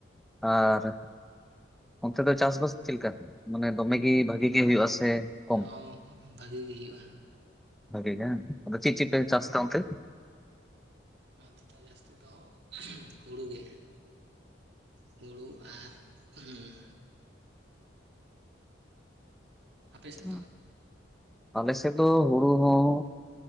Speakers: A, in the centre; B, on the right.
A: ᱟᱨ ᱚᱱᱛᱮ ᱫᱚ ᱪᱟᱥ ᱵᱟᱥ ᱪᱮᱜ ᱞᱮᱠᱟ? ᱢᱟᱱᱮ ᱫᱚᱢᱮ ᱜᱮ ᱵᱷᱟᱹᱜᱤ ᱜᱮ ᱦᱩᱭᱩᱜ-ᱟ ᱥᱮ ᱠᱚᱢ
B: ᱦᱚᱸ ᱚᱝ ᱵᱷᱟᱹᱜᱤ ᱜᱮ ᱦᱩᱭᱩᱜ-ᱟ᱾
A: ᱵᱷᱟᱜᱤ ᱜᱮ, ᱟᱫᱚ ᱪᱮᱜ ᱪᱮᱜ ᱯᱮ ᱪᱟᱥ ᱛᱮ ᱚᱱᱛᱮ?
B: ᱱᱚᱛᱮ ᱫᱚ ᱡᱟᱹᱥᱛᱤ ᱫᱚ <unintelligible> ᱦᱩᱲᱩ ᱜᱮ᱾ ᱦᱩᱲᱩ ᱟᱨ ᱦᱩᱸ, ᱟᱯᱮ ᱥᱮᱫ
A: ᱦᱚᱸᱜ,
B: ᱫᱚ
A: ᱟᱞᱮ ᱥᱮᱫ ᱫᱚ ᱦᱩᱲᱩ ᱦᱚᱸ